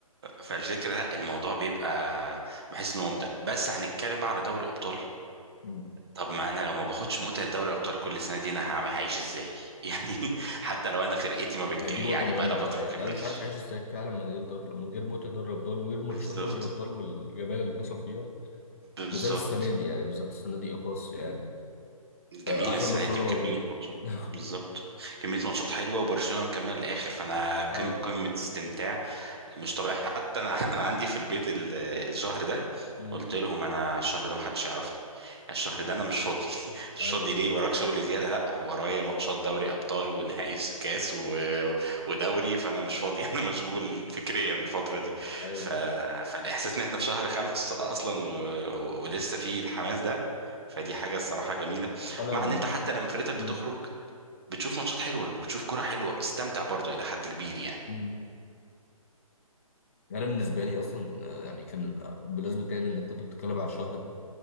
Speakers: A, on the right (about 45°); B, on the left (about 25°).
A: فالفكره لا الموضوع بيبقى بحس انه ممتع بس هنتكلم بقى على دوري ابطال
B: مم.
A: طب ما انا لو ما باخدش متعه دوري ابطال كل سنه دي انا هعمل هعيش ازاي <laughs> يعني حتى لو انا فرقتي ما بتك...
B: يعني دي
A: يعني
B: نقطه مهمه
A: بقى لها
B: بقى
A: فتره ما
B: يعني
A: بتكملش
B: انا مش عارف اعيش ازاي فعلا من غير دوري من غير متعه دوري الابطال ومن غير ماتشات
A: بالظبط
B: دوري الابطال والجمال اللي بيحصل فيها
A: بالظبط
B: بالذات السنه دي يعني بالذات السنه دي اخص يعني
A: جميل
B: آه عشان
A: السنه
B: برشلونه
A: دي بكميه
B: موجوده
A: ماتشات
B: <laughs>
A: بالظبط كميه ماتشات حلوه وبرشلونه مكمل الاخر فانا قم-
B: اه
A: قمه استمتاع مش طبيعي حتى انا انا عندي في البيت ال- الشهر ده
B: مم.
A: قلت لهم انا الشهر ده محدش يعرفني يعني الشهر ده انا مش فاضي <laughs> مش
B: ايوه
A: فاضي ليه وراك شغل زياده لا ورايا ماتشات دوري ابطال ونهائي س- كاس و... ودوري فانا مش فاضي <laughs> انا مشغول فكريا الفتره دي
B: ايوه
A: ف... فالاحساس ان احنا في شهر خمسة اصلا و... و... ولسه في الحماس ده فدي حاجه الصراحه جميله
B: انا
A: مع ان انت حتى لما فرقتك
B: مم.
A: بتخرج بتشوف ماتشات حلوه وبتشوف كرة حلوه بتستمتع برضو الى حد كبير يعني
B: مم. يعني انا بالنسبه لي اصلا آه، يعني كان آه، بالنسبه تاني انك كنت بتتكلم على الشهر ده